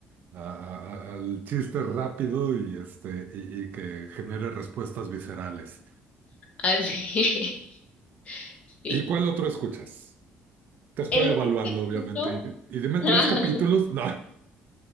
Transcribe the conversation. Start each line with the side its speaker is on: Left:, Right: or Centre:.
Right: a- a- al chiste rápido y, este, y, y que genere respuestas viscerales.
Left: Así es. <laughs> Sí.
Right: ¿Y cuál otro escuchas? Te estoy
Left: El
Right: evaluando,
Left: otro que
Right: obviamente.
Left: escucho
Right: Y, di- y dime
Left: <laughs>
Right: tres capítulos. No.